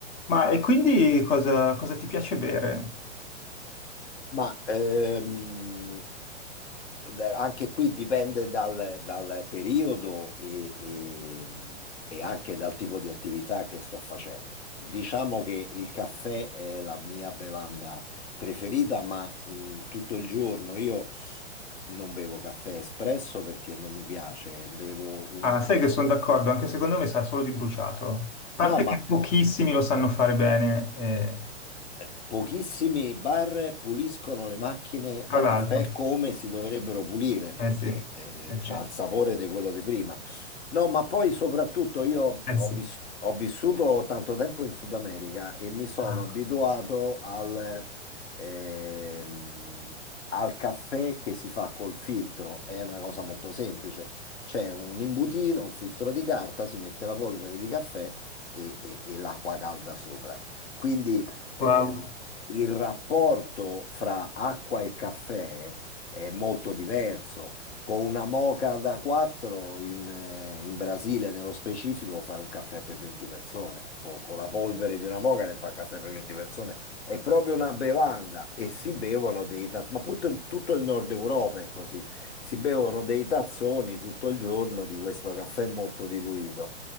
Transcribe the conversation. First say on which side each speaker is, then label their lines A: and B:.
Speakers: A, on the left; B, on the left.
A: Ma e quindi cosa, cosa ti piace bere?
B: Ma ehm, beh, anche qui dipende dal, dal periodo e, e- e anche dal tipo di attività che sto facendo. Diciamo che il caffè è la mia bevanda preferita, ma mh, tutto il giorno io non bevo caffè espresso perché non mi piace, bevo un
A: Ah, sai
B: caffè.
A: che sono d'accordo, anche secondo me sa solo di bruciato. A parte
B: No, ma
A: che pochissimi lo sanno fare bene, eh,
B: eh, Pochissimi bar puliscono le macchine
A: tra
B: da
A: l'altro.
B: caffè come si dovrebbero pulire perché
A: Eh sì,
B: eh,
A: eh
B: c'ha
A: sì, eh
B: il sapore di quello di prima. No, ma poi soprattutto io ho,
A: sì.
B: vis- ho vissuto tanto tempo in Sud America e mi sono
A: Ah,
B: abituato al, ehm, al caffè che si fa col filtro. È una cosa molto semplice. C'è un imbutino, un filtro di carta, si mette la polvere di caffè e e- e l'acqua calda sopra. Quindi ehm,
A: wow.
B: il rapporto fra acqua e caffè è molto diverso. Con una moca da 4 in, eh, in Brasile, nello specifico, fai un caffè per 20 persone. Co- Con, la polvere di una moca ne fa un caffè per 20 persone. È proprio una bevanda e si bevono dei tazzoni. Ma put- tutto il nord Europa è così. Si bevono dei tazzoni tutto il giorno di questo caffè molto diluito.